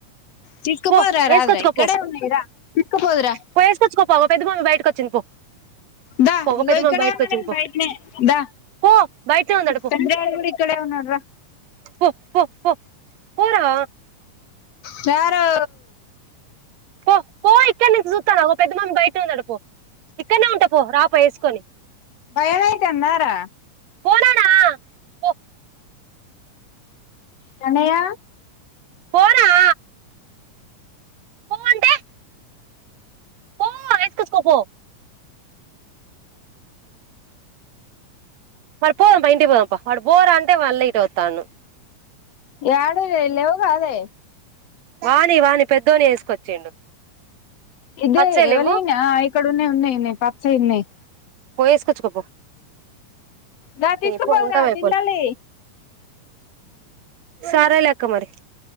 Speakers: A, on the left (about 60°); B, on the right (about 65°).
A: తీస్కుపోదు
B: పో
A: రారాదురా
B: వేసుకొచ్చుకో
A: ఇక్కడే ఉన్నాయిరా తీసుకుపొదువురా
B: పోయి వేసుకోచ్చుకో పొ పెద్దమమ్మి బయటకు వచ్చింది పో
A: దా
B: పో
A: ఇగ
B: పెద్ద
A: ఇక్కడ
B: మమ్మీ బయటకు
A: ఉన్న
B: వచ్చింది
A: నేను
B: పో
A: భయ‌. దా
B: పో బయటనే ఉందట పో
A: పెద్ద డాడీ కూడా ఇక్కడే ఉన్నాడు దా.
B: పో పో పో పోరా.
A: సారు.
B: పో పో. ఇక్కడ ను చూస్తానవ్ అగొ పెద్ద మమ్మీ బయటనె ఉందంట పో ఇక్కడనే ఉంట పో రాపో వేసుకొని.
A: గ్గాయ్ తొందరగా.
B: పోనానా పో.
A: కన్నయ్య.
B: పోరా. పో అంటే పో అడ ఏసుకొచ్చుకో పో. మరి పోదాం పా ఇంటికి పోదాం పా వాడు పోరా అంటే మళ్ళీ ఇదే వస్తాండు.
A: ఎడ లే ఇ లేవుఉ గదే.
B: వాని వాని పెద్దోని వేసుకొచ్చిండు.
A: ఇదే
B: పచ్చయి
A: ఎవరలియ్
B: లేవ్వు
A: ఇక్కడన్న ఉన్నాయి పచ్చయ్ ఉన్నాయి.
B: పోయేసుకోప్పు
A: దా తీసుకుపోదురా
B: పో ఉంటాం మై
A: తింటాలి
B: ఫో. సరేలే అక్క మరి.